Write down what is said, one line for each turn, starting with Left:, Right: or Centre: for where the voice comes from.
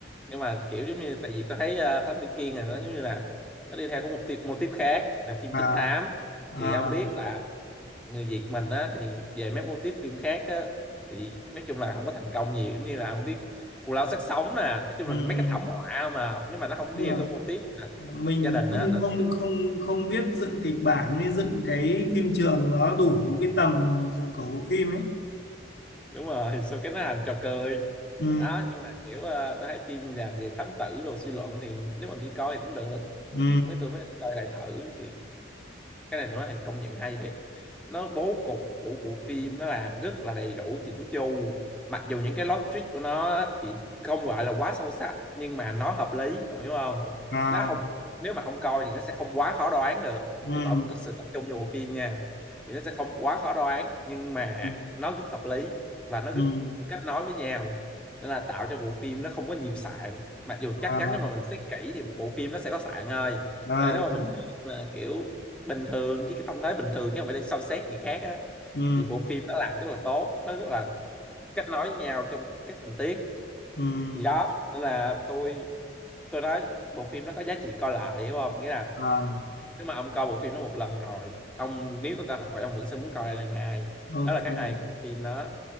Centre: nhưng mà kiểu giống như tại vì tôi thấy ờ, Thám Tử Kiên là nó giống như là nó đi theo có một tiếp một tiếp khác là phim
Left: À,
Centre: trinh thám
Left: à,
Centre: thì ông biết là người Việt mình á thì về mấy mô típ phim khác á thì nói chung là không có thành công nhiều giống như là không biết Cù Lao Xác Sống nè nói chung
Left: ừ,
Centre: là mấy cái thảm họa mà nếu mà nó không
Left: đúng
Centre: đi vào
Left: rồi.
Centre: cái mô típ mà
Left: Mình
Centre: gia đình
Left: không
Centre: á là-
Left: không không không biết dựng kịch bản với dựng cái phim trường nó đủ cái tầm của bộ phim ấy.
Centre: đúng rồi <laughs> sau cái nó thành trò cười
Left: Ừ,
Centre: đó nhưng mà kiểu ờ, tôi thấy phim làm về thám tử đồ suy luận thì nếu mà đi coi thì cũng được
Left: ừ,
Centre: Lúc ấy tôi mới coi lại thử thì cái này tôi nói thiệt công nhận hay thiệt nó bố cục của bộ phim nó làm rất là đầy đủ chỉnh chu mặc dù những cái logic của nó á, thì không gọi là quá sâu sắc nhưng mà nó hợp lý ông hiểu không
Left: à,
Centre: nó không nếu mà ông coi thì nó sẽ không quá khó đoán được
Left: ừ,
Centre: nếu mà ông thật sự tập trung vào bộ phim nha thì nó sẽ không quá khó đoán nhưng mà
Left: ừ,
Centre: nó rất hợp lý và nó
Left: ừm,
Centre: rất kết nối với nhau nên là tạo cho bộ phim nó không có nhiều sạn mặc dù chắc
Left: à,
Centre: chắn nếu mà mình xét kỹ thì một bộ phim nó sẽ có sạn thôi
Left: à,
Centre: nhưng mà nếu
Left: đúng.
Centre: mà mình mà kiểu bình thường với cái tâm thế bình thường chứ không phải để soi xét người khác á
Left: ừ,
Centre: thì bộ phim nó làm rất là tốt nó rất là kết nối với nhau trong các tình tiết
Left: ừm,
Centre: thì đó nên là tôi tôi nói bộ phim nó có giá trị coi lại hiểu không nghĩa là
Left: à,
Centre: nếu mà ông coi bộ phim nó một lần rồi ông nếu có cơ hội ông vẫn sẽ muốn coi lại lần hai
Left: ok.
Centre: đó là cái hay của bộ phim đó